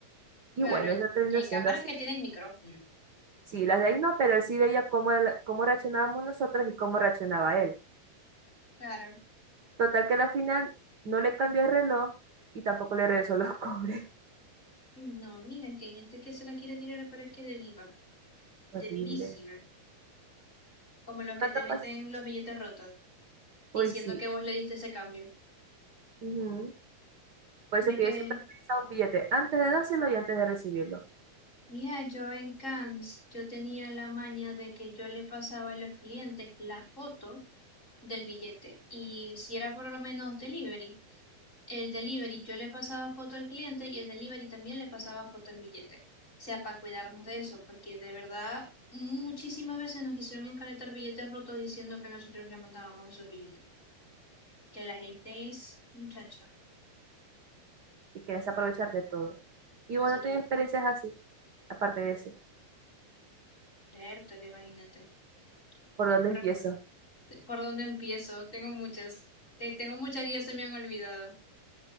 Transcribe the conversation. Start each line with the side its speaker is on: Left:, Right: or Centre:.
Right: Y
Left: claro.
Right: bueno, eso terminó
Left: Y hay
Right: siendo
Left: cámaras
Right: así.
Left: que tienen micrófono.
Right: Sí, las de ahí no, pero él sí veía cómo, él- cómo reaccionábamos nosotros y cómo reaccionaba él.
Left: Claro.
Right: Total que a la final no le cambió el reloj y tampoco le regresó los cobres.
Left: Ay, No, miren que hay gente que se la quiere tirar, pero es que de viva,
Right: <laughs>
Left: de
Right: Horrible.
Left: vivísima. Como los que
Right: ¿Qué
Left: te
Right: te
Left: meten
Right: pas-
Left: los billetes rotos,
Right: Uy,
Left: diciendo
Right: sí.
Left: que vos le diste ese cambio.
Right: Ujú. Por
Left: de
Right: eso es que
Left: que,
Right: yo siempre he utilizado un billete antes de dárselo y antes de recibirlo.
Left: mira, yo en Cannes, yo tenía la maña de que yo le pasaba a los clientes la foto del billete. Y si era por lo menos delivery. El delivery, yo le pasaba foto al cliente y el delivery también le pasaba foto al billete. O sea, para cuidarnos de eso, porque de verdad muchísimas veces nos quisieron encaretar billetes rotos diciendo que nosotros le mandábamos esos billetes. Que la gente es, muchacha,
Right: y quieres aprovechar de todo. Y
Left: se
Right: vos no
Left: quiere
Right: tenés experiencias así, aparte de ese.
Left: leértelo, imagínate.
Right: ¿Por
Left: Tengo
Right: dónde
Left: un
Right: empiezo?
Left: rem- ¿Por dónde empiezo? Tengo muchas. Eh, tengo muchas que ya se me han olvidado.